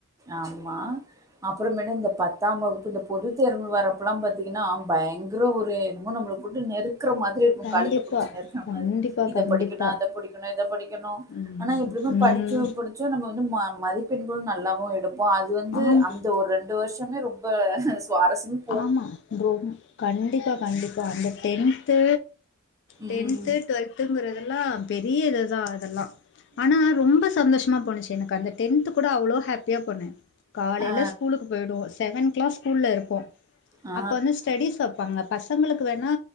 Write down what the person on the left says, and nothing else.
கண்டிப்பா
கண்டிப்பா
கண்டிப்பா
ம்
ம்
ஆம்
ஆமா க்ரோமு கண்டிப்பா கண்டிப்பா அந்த டென்த்து
டென்த்து டுவெல்த் திரும்புரதெல்லா பெரிய இது தா அதெல்லா ஆனா ரொம்ப சந்தோஷமா போச்சு எனக்கு அந்த டென்த்து கூட அவ்ளோ ஹாப்பியா போனே காலைல
ஸ்கூலுக்கு போயிடுவோ செவன் கிளாஸ் ஸ்கூல்ல இருப்போ
அப்ப வந்து ஸ்டடிஸ் வப்பாங்க பசங்களுக்கு வேணா